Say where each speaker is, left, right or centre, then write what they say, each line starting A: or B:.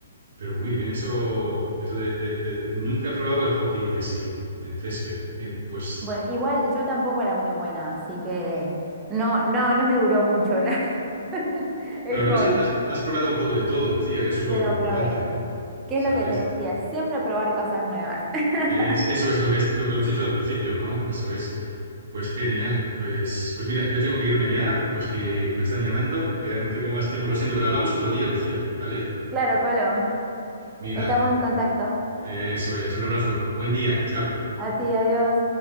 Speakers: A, on the right; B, on the right.
A: pero muy bien. Eso, eso de, de- de- de- nunca he probado el hockey así en césped. En, pues
B: Bueno, igual yo tampoco era muy buena, así que no, no, no me duró mucho la- <laughs> el
A: Pero al
B: hobby,
A: menos has, has probado un poco de todo, Lucía. Eso es lo,
B: pero
A: lo importante,
B: probé.
A: ¿no?
B: ¿Qué
A: ¿Sabes?
B: es lo que te decía? Siempre probar cosas nuevas. <laughs>
A: Es- eso es lo que, es- lo que hemos dicho al principio, ¿no? Eso es. Pues genial. Pues, pues mira, yo tengo que irme ya, pues que, que me están llamando, que ya no tengo más tiempo, lo siento, pero hablamos otro día, Lucía, ¿vale?
B: Claro, Colom.
A: Mira,
B: Estamos en contacto.
A: eso es. Un abrazo. Buen día. Chao.
B: A ti, adiós.